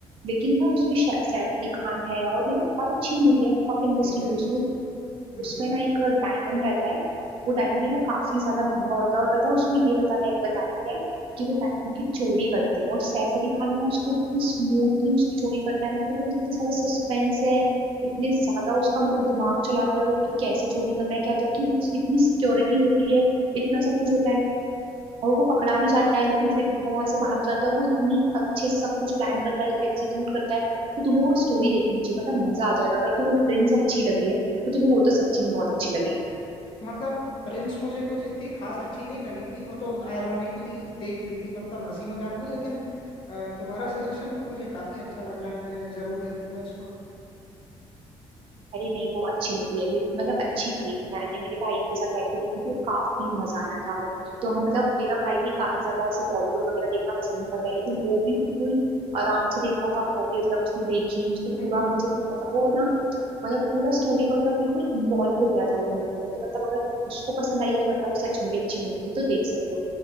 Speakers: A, on the right; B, on the left.
A: लेकिन ना उसमें शा- सैफ अली खान है और मतलब बहुत अच्छी मूवी है बहुत इंटरेस्टिंग
B: ठीक है
A: है उसमें
B: हम्म,
A: उसमें
B: हम्म।
A: ना एक डायमंड रहता है वो डायमंड है ना काफी ज्यादा महंगा होता है और पता है उसमें ये बता गया बताया गया है कि वो डायमंड की चोरी करते हैं और सैफ अली खान है ना उसको इतनी स्मूथली उसकी चोरी करता है ना तो मतलब इतने सारे सस्पेंस है इतने ज्यादा उसका मतलब दिमाग चलाता है वो कि कैसे चोरी करना है क्या जबकि वो इतनी सिक्योरिटी होती है इतना सब कुछ होता है और वो पकड़ा भी जाता है लेकिन फिर भी वो वहां से भाग जाता है और वो इतनी अच्छे से सब कुछ प्लान करता है एग्जीक्यूट करता है तो तुम्हें वो स्टोरी देखनी चाहिए मतलब मजा आ जाएगा अगर तुम्हें प्रिंस अच्छी लगी है तो तुम्हें वो तो सच्ची में बहुत अच्छी लगेगी
B: मतलब प्रिंस मुझे कुछ इतनी खास अच्छी नहीं लगी थी वो तो आयरॉनिकली देख ली थी मतलब हंसी मजाक में लेकिन अ, तुम्हारा सजेशन भी मुझे काफी अच्छा लग रहा है मैं जरूर देखूंगा इसको
A: अरे नहीं वो अच्छी मूवी है लेकिन- मतलब अच्छी थी मैंने मेरे भाइयों के साथ बैठ के देखी थी और काफी मजा आना था हमें तो हम मतलब मेरा भाई भी काफी ज्यादा ऐसे बॉलीवुड वगैरह देखना पसंद नहीं करता है लेकिन वो भी बिल्कुल आराम से देख रहा था बहुत देर तक उसने देखी उसने
B: <laughs>
A: पूरा मुझे मतलब वो है ना मतलब पूरा स्टोरी वगैरह बिल्कुल इन्वॉल्व हो गया था वो मूवी में तो मतलब अगर उसको पसंद आई है तो मतलब वो सच में भी अच्छी मूवी थी तो देख सकते हो